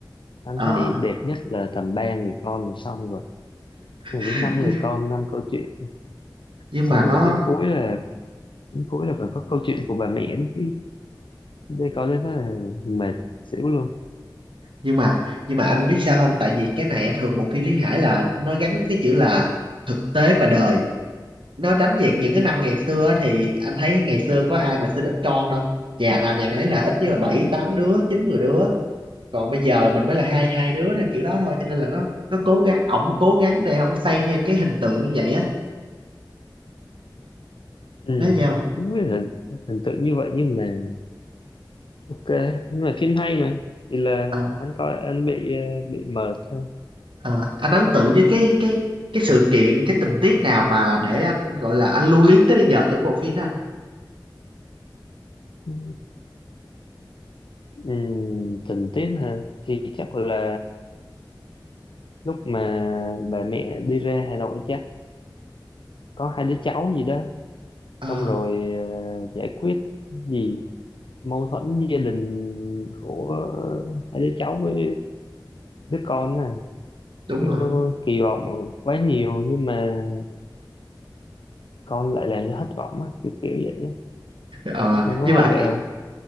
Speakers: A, on the left (about 85°); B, on the right (about 90°).
A: anh
B: Ờ,
A: thấy đẹp nhất là tầm ba người con là xong rồi Rồi
B: <laughs>
A: đến năm người con năm câu chuyện
B: nhưng
A: xong
B: mà nó
A: rồi đến cuối là đến cuối là còn có câu chuyện của bà mẹ nữa chứ đi có đến đó là mệt xỉu luôn
B: nhưng mà nhưng mà anh biết sao không tại vì cái này á, thường bộ phim Lý Hải là nó gắn với cái chữ là thực tế và đời nó đánh về những cái năm ngày xưa á, thì anh thấy ngày xưa có ai mà sinh ít con đâu nhà nào nhà nấy là ít nhất là bảy tám đứa chín mười đứa còn bây giờ mình mới là hai hai đứa theo kiểu đó thôi cho nên là nó nó cố gắng ổng cố gắng để ổng xây theo cái hình tượng như vậy á
A: ừ
B: nói gì không
A: không biết là hình tượng như vậy nhưng mà ok nhưng mà phim hay mà chỉ là
B: ờ
A: anh coi anh bị ờ, bị mệt thôi
B: ờ anh ấn tượng với cái cái cái sự kiện cái tình tiết nào mà để anh gọi là anh lưu luyến tới bây giờ trong cái bộ phim đó anh
A: ừ. Ừ, tình tiết hả thì chắc là lúc mà bà mẹ đi ra Hà Nội chắc có hai đứa cháu gì đó
B: ờ
A: xong rồi ờ, giải quyết gì mâu thuẫn gia đình của hai đứa cháu với đứa con nè
B: đúng
A: kiểu
B: rồi
A: kỳ vọng quá nhiều nhưng mà con lại làm cho thất vọng á kiểu kiểu vậy á
B: Ờ,
A: em có
B: nhưng
A: thấy
B: mà anh
A: vậy không